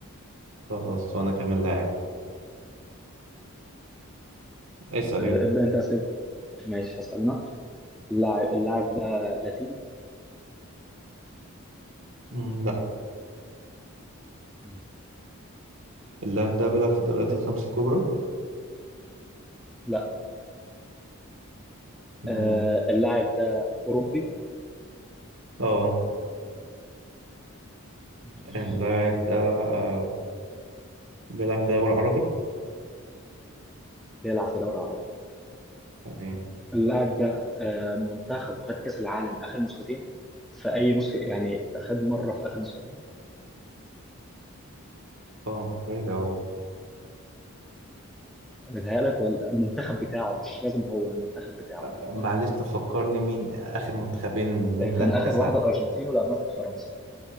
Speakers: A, on the right; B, in the centre.
A: خلاص وانا كمان لاعب اسأل
B: آه،
A: يلا
B: ابدا انت اسئله ماشي هسأل أنا اللاعب اللاعب ده لاتيني
A: مم، لا
B: ماشي.
A: اللاعب ده بيلعب في الدوريات
B: ادفع
A: الخمس
B: أنت
A: الكبرى
B: لا
A: مم،
B: آه اللاعب ده أوروبي
A: اه
B: ماشي.
A: اللاعب ده أه بيلعب في الدوري العربي
B: بيلعب في دوري عربي
A: تمام
B: اللاعب ده آه منتخب وخد كأس العالم آخر نسختين في أي نسخة يعني خد مرة في آخر نسختين
A: اه متهيألي اه
B: بتهيألك ولا المنتخب بتاعه مش لازم هو المنتخب بتاعه
A: معلش تفكرني مين آخر منتخبين مين
B: آه كان
A: اللي أخد
B: آخر
A: كأس
B: واحدة
A: العالم
B: الأرجنتين واللي قبلها كانت فرنسا